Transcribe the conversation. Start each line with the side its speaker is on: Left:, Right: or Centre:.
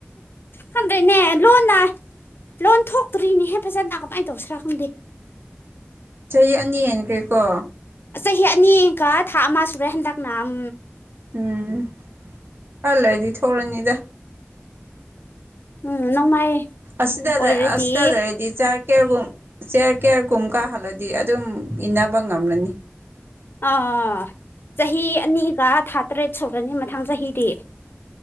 Left: ꯈꯪꯗꯦꯅꯦ ꯂꯣꯟꯅ ꯂꯣꯟ ꯊꯣꯛꯇ꯭ꯔꯤꯅꯦꯍꯦ ꯐꯖꯅ ꯀꯃꯥꯏꯅ ꯇꯧꯁꯤꯔꯥ ꯈꯪꯗꯦ
Right: ꯆꯍꯤ ꯑꯅꯤ ꯍꯦꯟꯈꯦꯀꯣ
Left: ꯆꯍꯤ ꯑꯅꯤꯒ ꯊꯥ ꯑꯃ ꯁꯨꯔꯦ ꯍꯟꯗꯛꯅ ꯎꯝ
Right: ꯎꯝ ꯈꯜꯂꯗꯤ ꯊꯣꯛꯂꯅꯤꯗ
Left: ꯎꯝ ꯅꯣꯡꯃꯥꯏ
Right: ꯑꯁꯗꯔ
Left: ꯑꯣꯏꯔꯗꯤ
Right: ꯑꯁꯗ ꯂꯩꯔꯗꯤ ꯆꯥ ꯀꯦꯒꯨꯝ ꯆꯦꯔ ꯀꯦꯌꯔ ꯀꯨꯝ ꯀꯥꯍꯜꯂꯗꯤ ꯑꯗꯨꯝ ꯏꯟꯅꯕ ꯉꯝꯂꯅꯤ
Left: ꯑꯥ ꯆꯍꯤ ꯑꯅꯤꯒ ꯊꯥ ꯇꯔꯦꯠ ꯁꯨꯔꯅꯤ ꯃꯊꯪ ꯆꯍꯤꯗꯤ